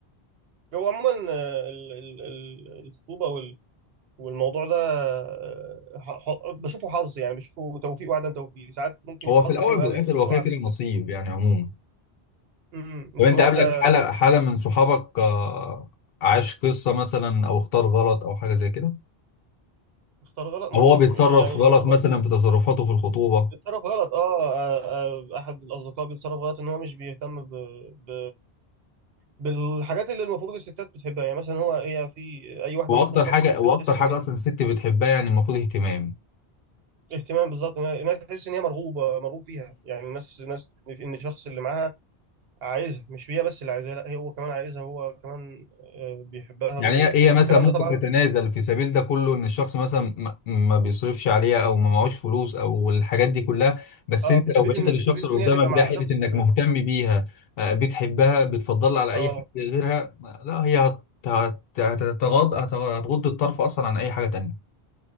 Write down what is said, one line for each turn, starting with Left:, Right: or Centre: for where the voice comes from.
Right: هو عموما آه، ال- ال- ال- الخطوبه وال- والموضوع ده آه، ح- ح- بشوفه حظ يعني بشوفه توفيق وعدم توفيق ساعات ممكن
Left: هو
Right: يبقى حظك
Left: في الاول
Right: حلو
Left: وفي
Right: قوي
Left: الاخر
Right: ت-
Left: هو
Right: تقع
Left: كده كده
Right: في
Left: نصيب يعني عموما
Right: مم، ممكن
Left: طب انت
Right: تبقى
Left: قابلك
Right: واحده
Left: حالة حالة
Right: كويسه
Left: من صحابك آه، عاش قصة مثلا او اختار غلط او حاجة زي كده
Right: اختار غلط مم،
Left: او هو بيتصرف
Right: يعني
Left: غلط
Right: ما اقدرش
Left: مثلا في تصرفاته في الخطوبة
Right: بيتصرف غلط اه آه، آه، احد الاصدقاء بيتصرف غلط ان هو مش بيهتم ب... ب... بالحاجات اللي المفروض الستات بتحبها يعني مثلا هو هي في اي واحده
Left: واكتر
Right: مخطوبه
Left: حاجة
Right: بتحب
Left: واكتر
Right: تحس
Left: حاجة
Right: ان هي
Left: اصلا الست بتحبها يعني المفروض اهتمام
Right: اهتمام بالظبط انها إنها تحس ان هي مرغوبه مرغوب فيها يعني الناس ناس ان الشخص اللي معاها عايزها مش هي بس اللي عايزها لا هي هو كمان عايزها هو كمان آه، بيحبها
Left: يعني
Right: و-
Left: هي هي
Right: والكلام
Left: مثلا ممكن
Right: ده طبعا
Left: تتنازل في سبيل ده كله ان الشخص مثلا ما ما بيصرفش عليها او ما معهوش فلوس او الحاجات دي كلها بس
Right: اه
Left: انت
Right: في سبيل
Left: لو بينت
Right: ان
Left: للشخص
Right: في سبيل
Left: اللي
Right: ان
Left: قدامك
Right: هي تبقى مع
Left: ده حته
Right: شخص
Left: انك مهتم بيها آه، بتحبها بتفضلها على اي
Right: اه
Left: حاجه غيرها ما- لا هي هت- هت- هتتغاض هت- هتغض الطرف اصلا عن اي حاجه تانيه